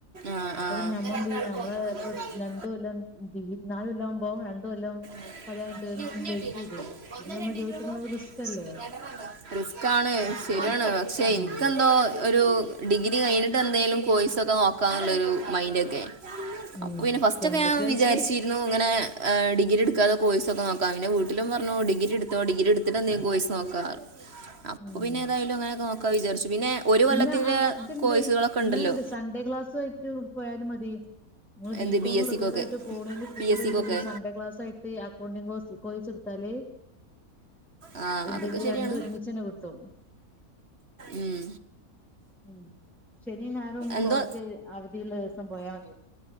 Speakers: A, on the right; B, in the centre.
A: ആ
B: അപ്പൊ
A: ആ
B: പിന്നെ ഞമ്മളെന്തെയ്യും ഞമ്മള് ഇപ്പം
A: ആ
B: രണ്ട് കൊല്ലം ഈ നാല് കൊല്ലംവ്മ്പോ രണ്ട് കൊല്ലം
A: <unintelligible>
B: കല്യാണം കഴിഞ്ഞിട്ട് വെയിറ്റ് ചെയ്ത് പിന്നെ നമ്മള് ജോലിക്ക് പോണത് റിസ്ക് അല്ലേ
A: റിസ്ക്കാണ്
B: അപ്പൊ
A: ശെര്യാണ് പക്ഷെ
B: ഉം
A: ഇൻക്കെന്നോ ഒരു ഡിഗ്രി കയ്ഞ്ഞിട്ട് എന്തേലും കോഴ്സാെക്കെ നോക്കാന്ന്ള്ളെരു മൈൻഡാെക്കെ
B: ഉം
A: അപ്പൊ പിന്നെ ഫസ്റ്റ്
B: ക്യാമ്പസ്
A: ഒക്കെ ഞാൻ
B: ലൈഫ്
A: വിചാര്ച്ചീര്ന്നു ഇങ്ങനെ ഏഹ് ഡിഗ്രിട്ക്കാതെ കോഴ്സാെക്കെ നാേ ക്കാന്ന് പിന്നെ വീട്ട്ലും പർഞ്ഞു ഡിഗ്രിട്ത്തോ ഡിഗിട്ത്ത്ട്ടെന്തേലും കോയ്സ് നോക്കാർ അപ്പൊ
B: ഉം
A: പിന്നെ ഏതായാലും അങ്ങനാെക്കെ നോക്കാ വിചാര്ച്ചു പിന്നെ ഒരു
B: പിന്നെ
A: കൊല്ലത്തിന്റെ
B: ആഹ് ഇത്ണ്ട്
A: കോഴ്സുകളൊക്കെ
B: ഇങ്ങനെണ്ട്
A: ഉണ്ടല്ലോ
B: സൺഡേ ക്ലാസു ആയ്ട്ട് പോയാലും മതി ഇങ്ങള് ബീകോമ്
A: എന്ത് ബി എസ്
B: റെഗുലറായ്ട്ട്
A: സിക്കൊക്കെ
B: പോക്ണേന്റെ കൂടെ
A: പി എസ് സിക്കൊക്കെ
B: എന്തെയ്ത് സൺഡേ ക്ലാസായിട്ട് അക്കൗണ്ടിങ്ങ് കോഴ്സ് കോഴിസ്ട്ത്താല്
A: ആ
B: എന്തെങ്കിലും
A: അതൊക്കെ ശരിയാണ്
B: രണ്ട് ഒരുമിച്ചെന്നെ കിട്ടും
A: ഉം
B: ഉം ശനിം ഞായറും
A: എന്തോ
B: കോളജ് അവധിള്ളെസം പോയാ മത്യോ